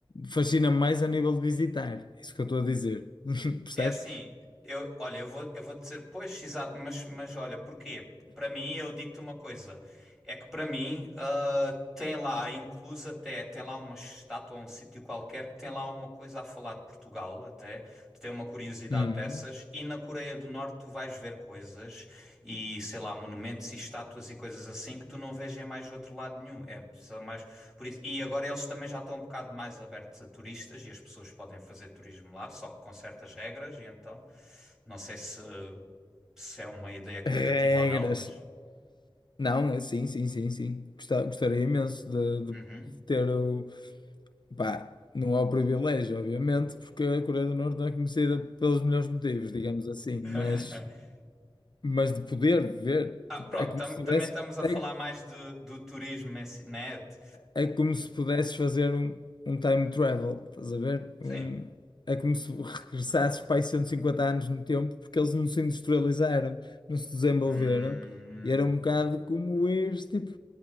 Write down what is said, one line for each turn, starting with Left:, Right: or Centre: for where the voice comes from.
Left: Fascina-me mais a nível de visitar. É isso que eu estou a dizer. <laughs> Percebes?
Centre: é assim, eu, olha, eu vou, eu vou dizer, pois, exato, mas, mas olha, porquê? Para mim, eu digo-te uma coisa, É que para mim, ah, tem lá, incluso até, tem lá uma estátua, um sítio qualquer, que tem lá uma coisa a falar de Portugal, até. Tu tem uma curiosidade
Left: Uhum.
Centre: dessas. E na Coreia do Norte tu vais ver coisas e, sei lá, monumentos e estátuas e coisas assim que tu não vês em mais outro lado nenhum. É só mais por isso. E agora eles também já estão um bocado mais abertos a turistas e as pessoas podem fazer turismo lá, só que com certas regras. E então, não sei se, se é uma ideia que
Left: Regras.
Centre: te cativa ou não, mas.
Left: Não, é- sim, sim, sim, sim. Gosta- gostaria imenso de,
Centre: Uhum.
Left: de ter o. Pá, não é o privilégio, obviamente, porque a Coreia do Norte não é conhecida pelos melhores motivos, digamos assim,
Centre: <laughs>
Left: mas. mas de poder ver,
Centre: Ah,
Left: tipo,
Centre: pronto,
Left: é como
Centre: tam-
Left: se tivesse,
Centre: também estamos a
Left: é,
Centre: falar mais de, do turismo, em si, né? De-
Left: é como se pudesses fazer um, um time travel, estás a ver?
Centre: Sim.
Left: Um, é como se regressasses para aí 150 anos no tempo, porque eles não se industrializaram, não se desenvolveram,
Centre: Hum,
Left: e era um bocado como ires, tipo,